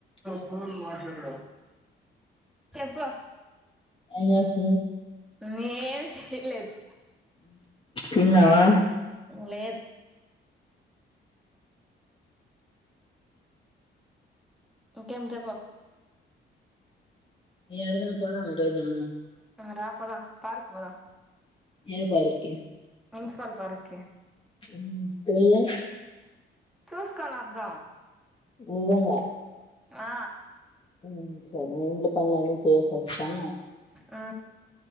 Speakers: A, on the left (about 25°); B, in the centre.
A: Hello
B: phone మాట్లాడినాడు చెప్పు
A: అనాస
B: మేం ఏం చేయలేదు
A: తిన్నావా
B: లేదు ఇంకేం చెప్పు
A: ఎడకన్నా పోదామా ఈరోోజు
B: రాపోదాం పార్క్ కు పోదాం
A: ఏ పార్క్ కి
B: మున్సిపల్ పార్క్ కి
A: మ్ పోదా
B: చూసుకని వధాం
A: నిజంగా
B: ఆ
A: మ్ సర పనని చేసస్ా
B: ఆ